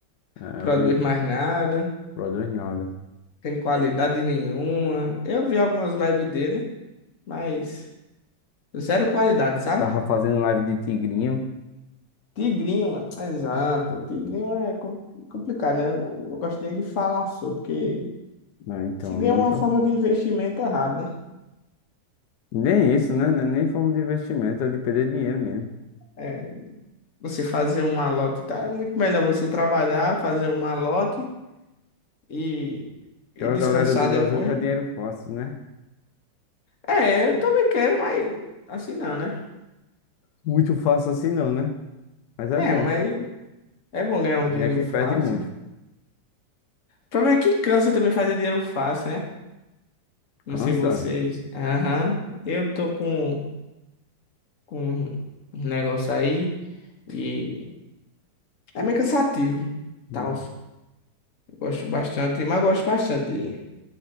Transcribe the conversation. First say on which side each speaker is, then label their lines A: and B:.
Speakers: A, on the left; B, on the left.
A: É,
B: produz
A: hoje ele não
B: mais nada.
A: produz nada.
B: tem qualidade nenhuma. Eu vi algumas lives dele, mas zero qualidade, sabe?
A: Ele tava fazendo live de tigrinho.
B: Tigrinho, mano. exato. Tigrinho é com- complicado, né? Eu não, não gosto nem de falar sobre, porque
A: Ah, então
B: Tigrinho
A: é muito.
B: é uma forma de investimento errado, né?
A: Nem isso, né? Não é Nem forma de investimento, é de perder dinheiro mesmo.
B: É, você fazer um malote, tá? É muito melhor você trabalhar, fazer um malote e, e
A: Porque
B: descansar
A: a galera do Brasil
B: depois.
A: quer dinheiro fácil, né?
B: É, eu também quero, mas assim não, né?
A: Muito fácil assim não, né? Mas é
B: É,
A: bom.
B: mas é bom ganhar um
A: Vem
B: dinheiro
A: aqui
B: fácil.
A: e perde muito.
B: O problema é que cansa também fazer dinheiro fácil, né? Não
A: Cansa.
B: sei vocês. Aham. Eu tô com, com um negócio aí e é meio cansativo.
A: Uhum.
B: Tal. Gosto bastante, mas gosto bastante de,